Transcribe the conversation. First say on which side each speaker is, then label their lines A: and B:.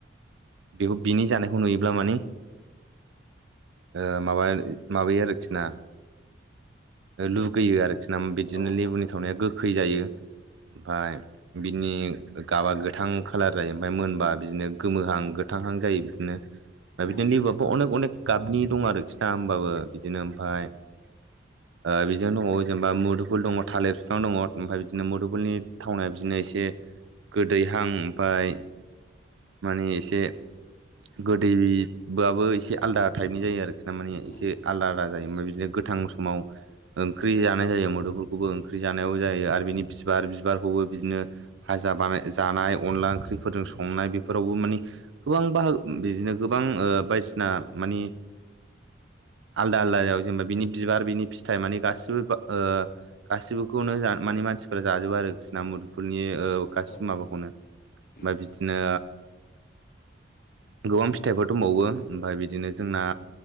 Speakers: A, on the right; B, on the left.
A: बेखौ बिनि जानायखौ नुयोब्ला माने ओ माबा माबायो आरोखि ना लुगैयो आरोखि ना बिदिनो
B: औ
A: लेबुनि थावनाया गोखै जायो ओमफाय बिनि गाबा गोथां खालार जायो ओमफाय मोनबा बिदिनो गोमोहां गो थांहां जायो बिदिनो ओमफ्राय
B: उम
A: बिदिनो लिबुआबो अनेक अनेक गाबनि दं आरोखि ना होमबाबो बिदिनो ओमफाय <inaudible> ओ बिजों दङावो जेनेबा मुदुफुल दङ थालिर बिफां दङ ओमफ्राय बिदिनो मुदुफुलनि थावनाया बिदिनो एसे गोदैहां ओमफाय माने इसे गोदैबाबो एसे आलदा टाइपनि जायो आरोखि ना माने
B: उम
A: एसे आलदा आलदा जायो ओमफ्राय बिदिनो गोथां समाव ओंख्रै जानाय जायो मोदोफोलखौबो ओंख्रि जानायाव जायो आरो बिनि बिबार बिबारखौबो बिदिनो भाजा बानाय जानाय अनला ओंख्रिफोरजों संनाय बेफोरावबो माने गोबां बाहागो बिदिनो गोबां बायदिसिना मानि आलदा आलदायाव जेनेबा बिनि बिबार बिनि फिथाइ मानि गासिबो ओ गासिबोखौनो माने मानसिफोरा जाजोबो आरो बिसोरना मुदुफुनि ओ गासिबो
B: औ
A: माबाखौनो। ओमफ्राय
B: उम औ उम
A: बिदिनो गोबां फिथाइफोर दंबावो ओमफाय बिदिनो जोंना